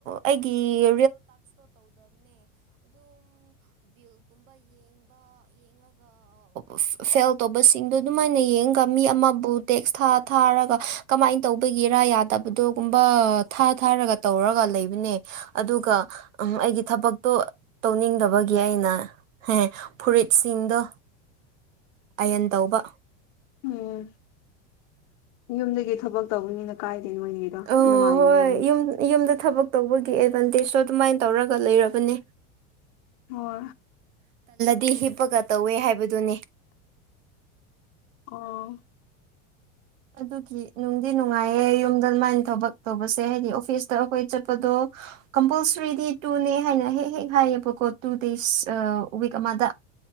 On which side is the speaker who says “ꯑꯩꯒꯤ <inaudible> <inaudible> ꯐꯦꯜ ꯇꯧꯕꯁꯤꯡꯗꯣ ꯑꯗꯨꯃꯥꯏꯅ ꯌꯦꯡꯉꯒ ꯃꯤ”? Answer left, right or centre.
Right